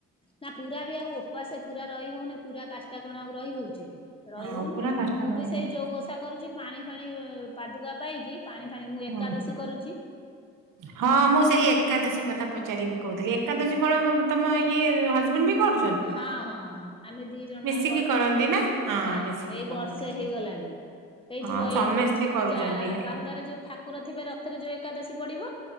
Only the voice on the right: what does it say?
ହଁ
ପୁରା କଷ୍ଟ
ରହିଗଲି
ହୁଁ
ହଁ ମୁଁ ସେଇ ଏକାଦଶୀ କଥା ପଚାରିବି କହୁଥିଲି ଏକାଦଶୀ କଣ? ତମ ଇଏ ହଜବେଣ୍ଡ ବି କରୁ
ମିଶିକି
କରନ୍ତି ନା
ମିଶିକି
କରନ୍ତି।
ହଁ ସମସ୍ତେ
କରୁଛନ୍ତି ହେଲା